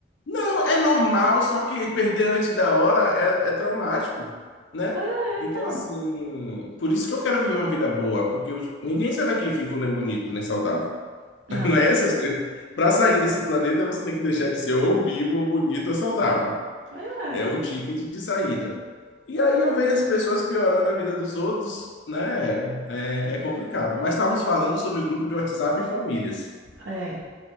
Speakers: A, on the left; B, on the right.
A: Não, é normal, só que perder antes da hora é, é traumático, né?
B: Pois é, então.
A: Então, assim, por isso que eu quero viver uma vida boa, porque eu- ninguém sai daqui vivo, nem bonito, nem saudável. <laughs>
B: Não.
A: Não é essas coisas. Para sair desse planeta, você tem que deixar de ser ou vivo, ou bonito, ou saudável.
B: Pois é.
A: É o ticket de saída. E aí eu vejo as pessoas piorando a vida dos outros, né? É, é complicado. Mas estávamos falando sobre grupo de WhatsApp e famílias
B: É.